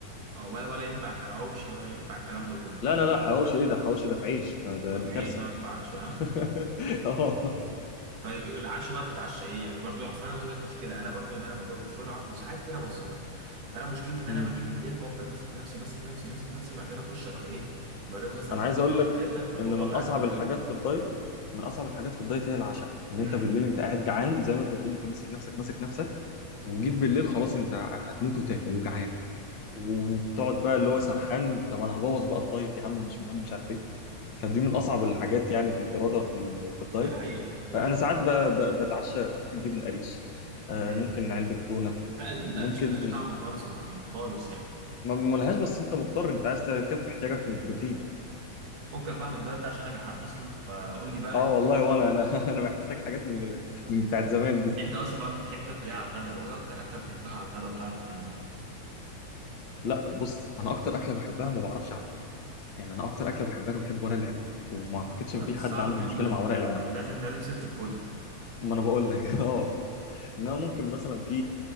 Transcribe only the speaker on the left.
لا لا لا حواوشي ايه ده حواوشي ده في عيش ده ده
دي
كارثه
<laughs> اه
امم
انا عايز اقول لك
ان من
اصعب
الحاجات في الدايت من اصعب الحاجات في الدايت هي العشاء ان انت
بالليل انت قاعد جعان زي ما انت بتقول انت ماسك نفسك ماسك نفسك وجيت بالليل خلاص انت هتموت وتاكل وجعان وبتقعد بقى اللي هو سرحان طب انا هبوظ بقى الدايت يا عم مش مهم مش عارف ايه فدي من اصعب الحاجات يعني في الاراده في ال- في الدايت
فانا
ساعات ب- ب- بتعشى ممكن جبنه قريش آه،
ممكن علبه تونه
ممكن
ما ما لهاش بس انت مضطر انت عايز تكفي احتياجك من البروتين
اه
والله وانا انا <laughs> انا محتاج حاجات من ال- من بتاعت زمان دي
لا بص انا اكتر اكله بحبها ما بعرفش اعملها يعني انا اكتر اكله بحبها انا بحب ورق العنب وما اعتقدش ان
في
حد عنده
مشكله
مع ورق العنب
ما انا بقول لك <laughs> اه انما ممكن مثلا في